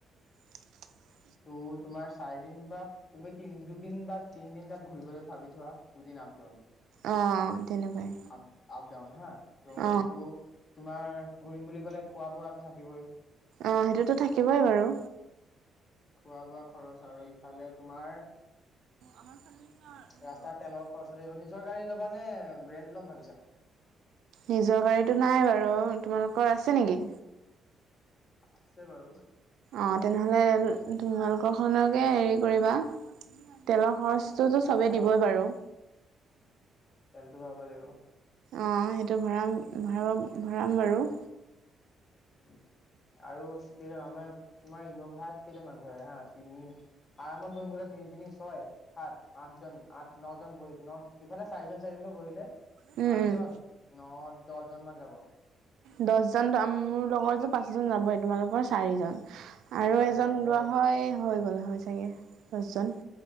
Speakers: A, on the right; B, on the left.
A: <unintelligible>
B: ত তোমাৰ চাৰি দিন বা তুমি তিন দুদিন বা তিনদিন তাত ঘুৰিবলৈ ভাবি থোৱা দুদিন <unintelligible>
A: অ তেনেকুৱাই অ
B: <inaudible> ঘূৰিম বুলি ক'লে খোৱা বোৱা থাকিবই
A: অ সেইটোতো থাকিবই বাৰু
B: খোৱা বোৱা খৰচ আৰু ইফালে তোমাৰ
A: আমাৰ ফালি
B: ৰাস্তাৰ
A: ৰোগী
B: তেলৰ খৰচ নিজৰ গাড়ী লব নে ৰেণ্ট লম ভাবিছা
A: নিজৰ গাড়ীতটো নাই বাৰু তোমালোকৰ আছে নেকি?
B: আছে বাৰু।
A: অ', তেনেহলে তোমালোকৰখনকে হেৰি কৰিবা। তেলৰ খৰচটোতো
B: তেলটো
A: চবে দিবই বাৰু
B: চালটো ভাব লাগিব
A: অ', সেইটো ভৰা ভৰাব ভৰাম বাৰু
B: উ আৰু কেইজন আমাৰ তোমাৰ ইন'ভাত কেইজন মানুহ ধৰে হা তিনি আৰামত বহিম বোলে তিনি তিনি তিনি ছয় সাত আঠজন আঠ নজন বহিল ন ইফালে চাৰিজন চাৰিজনকৈ বহিলে
A: উম
B: আঠজন
A: উম
B: ন দহজন মান যাব
A: দহজন মোৰ লগৰ যে পাঁচজন যাবই তোমালোকৰ চাৰিজন আৰু
B: চাৰিজন
A: এজন
B: হৈ
A: লোৱা
B: যাব
A: হয় হৈ গ'লে হয় চাগে দচজন